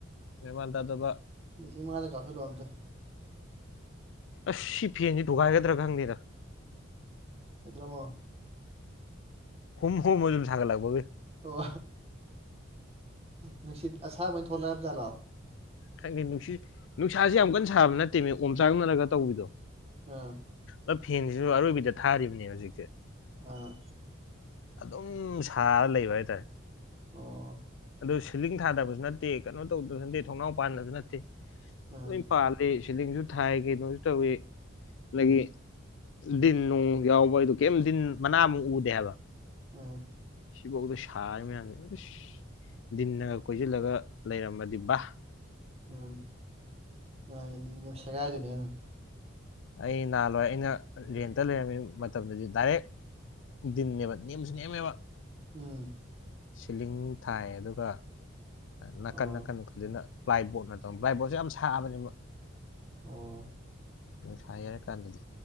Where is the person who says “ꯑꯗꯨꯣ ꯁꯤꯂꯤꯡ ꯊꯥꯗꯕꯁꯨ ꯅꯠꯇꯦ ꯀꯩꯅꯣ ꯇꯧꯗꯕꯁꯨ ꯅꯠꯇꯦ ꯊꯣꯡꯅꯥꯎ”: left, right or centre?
Left